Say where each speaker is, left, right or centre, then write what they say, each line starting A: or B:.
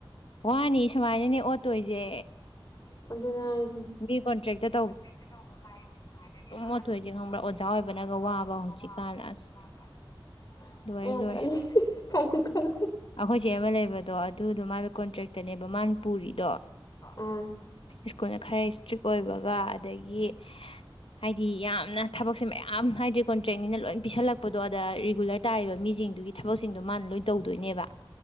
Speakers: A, on the left; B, on the left.
A: ꯋꯥꯅꯤ ꯁꯨꯃꯥꯏꯅꯅꯦ ꯑꯣꯠꯇꯣꯏꯁꯦ
B: ꯑꯗꯨꯅ
A: ꯃꯤ ꯀꯣꯟꯇ꯭ꯔꯦꯛꯇꯔ
B: ꯀꯣꯟꯇ꯭ꯔꯦꯛꯇ ꯇꯧꯕ ꯒꯥꯏꯁꯤ ꯁꯨꯃꯥꯏꯅꯅꯦ
A: ꯑꯣꯠꯇꯣꯏꯁꯦ
B: ꯑꯁ
A: ꯈꯪꯕ꯭ꯔꯥ
B: ꯑꯣꯠꯇ‌ꯣꯏꯁꯦ
A: ꯑꯣꯖꯥ ꯑꯣꯏꯕꯅꯒ
B: ꯈꯪꯕ꯭ꯔꯥ ꯑꯣꯖꯥ ꯑꯣꯏꯕꯅꯒ
A: ꯋꯥꯕ ꯍꯧꯖꯤꯛꯀꯥꯟ
B: ꯋꯥꯕ ꯍꯧ
A: ꯑꯁ
B: ꯑꯁ ꯑꯩ
A: ꯂꯣꯏꯔꯦ
B: ꯌꯥꯝ
A: ꯂꯣꯏꯔꯦ
B: ꯇꯜꯂ‌ꯦ ꯀ ꯈ <unintelligible>
A: ꯑꯩꯈꯣꯏ ꯆꯦ ꯑꯃ ꯂꯩꯕꯗꯣ ꯑꯗꯨꯗꯣ ꯃꯥꯅ ꯀꯣꯟꯇ꯭ꯔꯦꯛꯇꯅꯦꯕ ꯃꯥꯅ ꯄꯨꯔꯤꯗꯣ
B: ꯑꯥ <unintelligible>
A: ꯁ꯭ꯀꯨꯜꯅ ꯈꯔ ꯏꯁꯇꯔꯤꯛ ꯑꯣꯏꯕꯒ ꯑꯗꯒꯤ ꯍꯥꯏꯗꯤ ꯌꯥꯝꯅ ꯊꯕꯛꯁꯦ ꯃꯌꯥꯝ ꯍꯥꯏꯗꯤ ꯀꯣꯟꯇ꯭ꯔꯦꯛꯅꯤꯅ ꯂꯣꯏ ꯄꯤꯁꯜꯂꯛꯄ ꯑꯗꯣ ꯑꯗ ꯔꯤꯒꯨꯂꯔ ꯇꯥꯔꯤꯕ ꯃꯤꯁꯤꯡꯗꯨꯒꯤ ꯊꯕꯛꯁꯤꯡꯗꯣ ꯃꯥꯅ ꯂꯣꯏ ꯇꯧ ꯗꯣꯏꯅꯦꯕ